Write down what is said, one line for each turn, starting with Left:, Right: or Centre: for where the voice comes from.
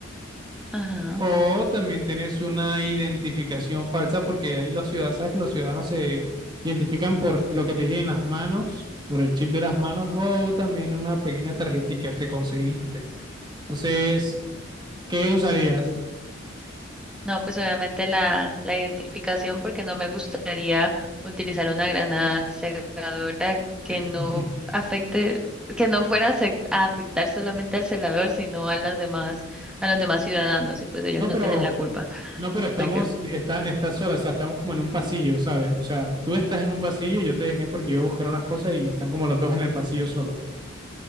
Centre: Ajá.
Right: o también tienes una identificación falsa porque ahí los ciudadanos, sabes que los ciudadanos se identifican por lo que te dije en las manos, por el chip de las manos o también una pequeña tarjetica que conseguiste. Entonces, ¿qué usarías?
Centre: No, pues obviamente la, la identificación, porque no me gustaría utilizar una granada cegadora que no
Right: <laughs>
Centre: afecte, que no fuera a sec- a afectar solamente al celador, sino a las demás, a los demás ciudadanos, y pues ellos
Right: No,
Centre: no
Right: pero
Centre: tienen la culpa.
Right: No, pero estamos,
Centre: Porque,
Right: está, está sola, o sea, estamos como en un pasillo, ¿sabes? O sea, tú estás en un pasillo, yo te dejé porque iba a buscar unas cosas y están como los dos en el pasillo solo.